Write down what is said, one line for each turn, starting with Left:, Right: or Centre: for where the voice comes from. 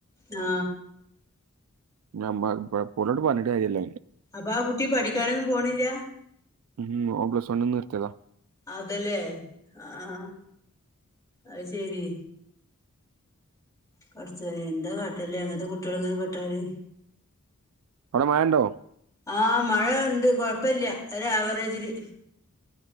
Left: ആ.
Right: <unintelligible> ഓലോട് പർഞ്ഞിട്ട് കാര്യല്ല
Left: പ്പാ കുട്ടി പഠിക്കാനൊന്നും പോണില്ല.
Right: ഉം ഓ പ്ലസ്വണ്ണിന്ന് നിർത്ത്യത.
Left: അതല്ലേ ആഹ അ ശരി. പട്ച്ചോനെ എന്താ കാട്ടല്ലേ അങ്ങനത്തെ കുട്ട്യള് ങ്ങനെ പെട്ടാല്.
Right: ഔടെ മയണ്ടോ?
Left: ആഹ മഴ ണ്ട് കൊഴപ്പില്ല ഒരാ വറേജില്.